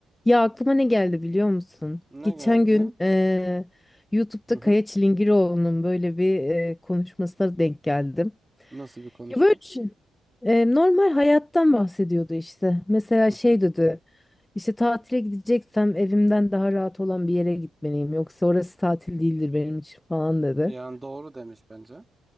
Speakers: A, on the left; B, on the right.
A: Ya aklıma ne geldi biliyor musun?
B: Ne
A: Geçen
B: geldi?
A: gün eee, YouTube'da
B: Hı hı.
A: Kaya Çilingiroğlu'nun böyle bir eee, konuşmasına denk geldim.
B: Nasıl bir konuşma?
A: Ya böyle şey, eee, normal hayattan bahsediyordu işte. Mesela
B: Hı
A: şey
B: hı.
A: dedi. İşte tatile gideceksem evimden daha rahat olan bir yere gitmeliyim. Yoksa orası tatil değildir benim için falan dedi.
B: Yani doğru demiş bence.